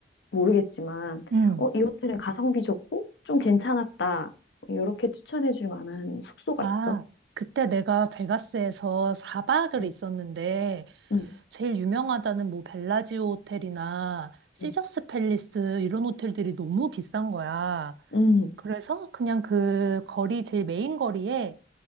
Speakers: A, on the left (about 80°); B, on the right (about 75°).
A: 모르겠지만,
B: 응.
A: 어, 이 호텔은 가성비 좋고, 좀 괜찮았다. 뭐 이렇게 추천해 줄 만한 숙소가
B: 아,
A: 있어?
B: 그때 내가 베가스에서 4박을
A: 음,
B: 있었는데,
A: 음,
B: 제일 유명하다는 뭐 벨라지오 호텔이나 시저스
A: 음,
B: 팰리스 이런 호텔들이 너무 비싼 거야.
A: 음,
B: 그래서 그냥 그 거리, 제일 메인 거리에